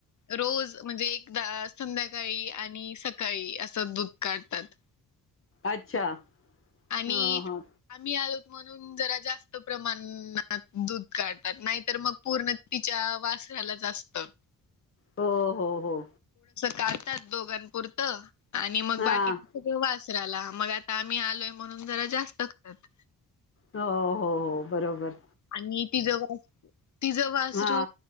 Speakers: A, on the left (about 50°); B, on the left (about 35°).
A: रोज म्हणजे एकदा संध्याकाळी आणि सकाळी असं दूध काढतात.
B: अच्छा!
A: आम्ही,
B: ह ह
A: आम्ही आलोत. म्हणून जरा जास्त प्रमाणात दूध काढतात, नाहीतर मग पूर्ण तिच्या वासराला पीवू दितात. जरा जास्तचं
B: होओ होओ होओ
A: कातात दोघांपुरतं आणि मग
B: हा
A: बाकी त देव्हासराला मग आता आम्ही आलोय, काढतात दोघांंनपूरत आणि मगं बाकी वासराला पुरण वासराला मग आता आंम्ही आलोत.
B: होअ होअ होअ बरोबरं.
A: आम्ही तिच वाऊ तिच वासरू
B: हा